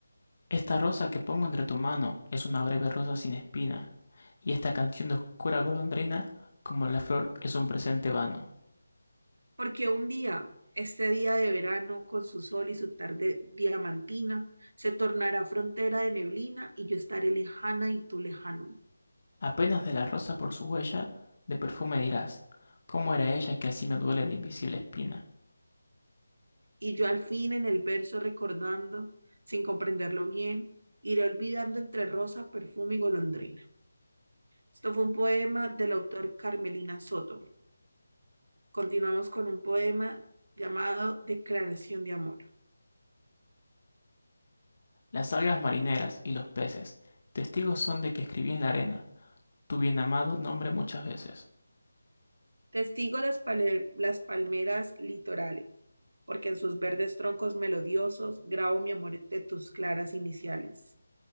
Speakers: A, on the left; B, on the right.
A: Esta rosa que pongo entre tu mano es una breve rosa sin espina, y esta canción de oscura golondrina, como la flor, es un presente vano.
B: Porque un día, este día de verano, con su sol y su tarde diamantina, se tornará frontera de neblina y yo estaré lejana y tú lejano.
A: Apenas de la rosa por su huella, de perfume dirás, ¿cómo era ella que así me duele de invisible espina?
B: Y yo al fin en el verso recordando, sin comprenderlo bien, iré olvidando entre rosa, perfume y golondrina. Esto fue un poema del autor Carmelina Soto. Continuamos con un poema llamado Declaración de Amor.
A: Las algas marineras y los peces, testigos son de que escribí en la arena, tu bien amado nombre muchas veces.
B: Testigo las, pale- las palmeras litorales, porque en sus verdes troncos melodiosos grabo mi amor de tus claras iniciales.